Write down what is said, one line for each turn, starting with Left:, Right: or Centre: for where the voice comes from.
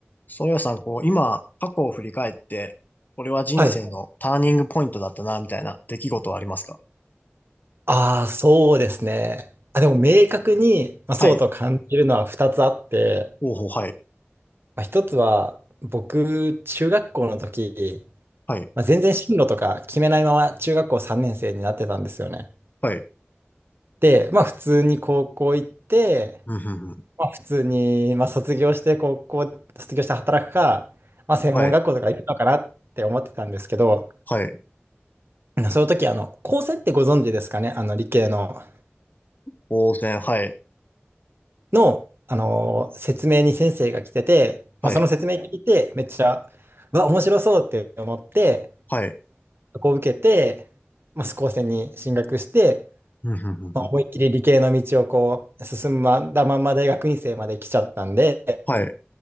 Left: そうやさん、こう、今、過去を振り返って、これは人生のターニングポイントだったな、
Right: はい。
Left: みたいな出来事はありますか
Right: ああ、そうですね。あ、でも明確に、まあ、
Left: はい。
Right: そうと感じるのは2つあって、
Left: ほうほう、はい。
Right: まあ、1つは僕、中学校の時、
Left: はい。
Right: まあ、全然進路とか決めないまま中学校3年生になってたんですよね。
Left: はい。
Right: で、まあ普通に高校行って、
Left: うん、ふんふん。
Right: まあ普通に、まあ、卒業して高校、卒業して働くか、まあ専門学校とか行くのかなって思ってたんですけど、
Left: はい。はい。
Right: その時、あの、高専ってご存知ですかねあの理系の。
Left: 当然、はい。
Right: の、あのー説明に先生が来てて、
Left: はい。
Right: まあ、その説明聞いて、めっちゃ、うわ、面白そうって思って、
Left: はい。
Right: そこを受けて、まあ、スコーセンに進学して、
Left: うん、ふんふんふん。
Right: まあ、思いっきり理系の道をこう進んだまんま大学院生まで来ちゃったんで、
Left: はい。は